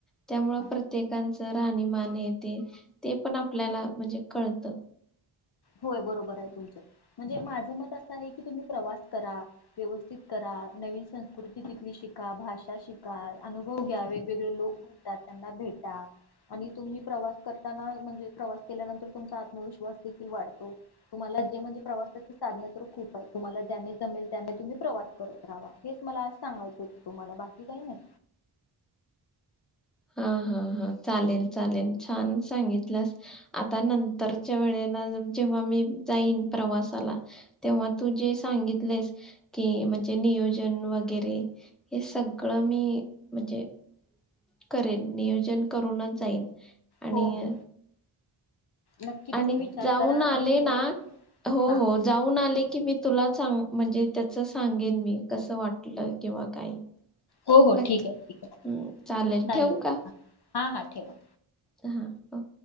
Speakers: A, in the centre; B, on the left.
A: त्यामुळे
B: हा
A: प्रत्येकानं <inaudible> राहणीमान येते ते पण आपल्याला म्हणजे कळतं
B: होय बरोबर आहे तुमचं म्हणजे माझं मत असं आहे की तुम्ही प्रवास करा व्यवस्थित करा नवीन संस्कृती तिथली शिका भाषा शिका अनुभव घ्या वेगवेगळे लोक भेटतात त्यांना भेटा आणि तुम्ही प्रवास करताना म्हणजे प्रवास केल्यानंतर तुमचा आत्मविश्वास <inaudible> तु्हाला जे म्हणजे प्रवासाची साधन तर खूप आहेत तुम्हाला ज्याने जमेल त्यानं तुम्ही प्रवास, - करत राहावा हेच मला अस सांगायचं होतं तुम्हाला बाकी काही नाही
A: हा हा हा चालेल चालेल छान सांगितलंस आता नंतरच्या वेळेला जेव्हा मी जाईन प्रवासाला तेव्हा तू जे सांगितलयस कि म्हणजे नियोजन वगैरे हे सगळं मी म्हजे करेल नियोजन करूनच जाईन आणिय
B: हो हो नक्की तुम्ही
A: आणि
B: विचार
A: जाऊन
B: करा
A: आले
B: आणि न्यू
A: ना हो
B: हा
A: हो जाऊन आले की मी तुला, - <inaudible> म्हणजे त्याच सांगेन मी कसं वाटलं किंवा काही
B: हो हो
A: नक्की
B: ठीकाय ठीकाय
A: हम्म,
B: चालेल
A: ठेवू का
B: हा हा हा ठेवा
A: हा अ.